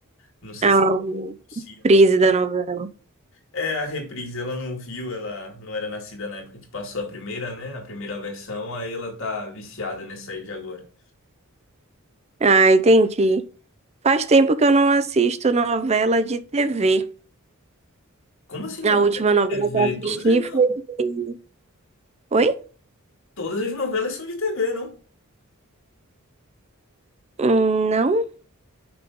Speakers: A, on the left; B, on the right.
A: Não sei
B: É
A: se
B: o
A: pronuncia.
B: Prise da novela.
A: É a reprise, ela não viu, ela não era nascida na época que passou a primeira, né? A primeira versão, aí ela tá viciada nessa aí de agora.
B: Ah, entendi. Faz tempo que eu não assisto novela de TV.
A: Como assim novela
B: A última
A: de
B: novela
A: TV?
B: que eu assisti
A: Todas as, no-
B: foi. de- Oi?
A: todas as novelas são de TV, não?
B: Hum, não.